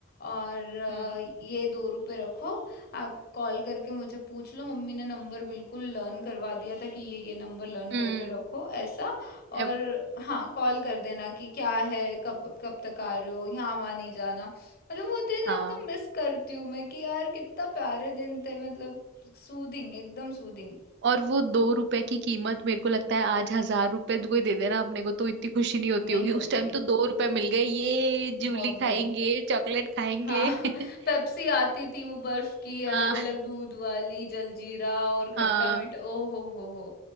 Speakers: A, on the left; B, on the right.
A: और अ,
B: हम्म
A: ये दो रुपए रखो आप कॉल करके मुझे पूछ लो मम्मी ने नंबर बिल्कुल लर्न करवा दिया था कि ये ये नंबर लर्न
B: हम्म,
A: करके रखो ऐसा
B: अब-
A: और हाँ कॉल कर देना कि क्या है कब कब तक आ रहे हो यहाँ वहाँ नहीं जाना मतलब वो दिन
B: हाँ
A: अब ना मिस करती हूँ मैं कि यार कितना प्यारे दिन थे मतलब सूदिंग एकदम सूदिंग
B: और वो दो रुपए की कीमत मेरे को लगता है आज हजार रुपए तो कोई दे देना अपने को तो इतनी खुशी नहीं होती
A: नहीं
B: होगी
A: होती
B: उस टाइम
A: है
B: तो दो रुपए मिल गए ये जूली
A: बहुत बड़ी
B: खाएंगे चॉकलेट खाएंगे
A: हाँ <laughs>
B: <laughs>
A: पेप्सी आती थी वो बर्फ की अलग
B: हाँ
A: अलग दूध वाली जलजीरा और खट्टा
B: हाँ
A: मीठा ओ हो हो हो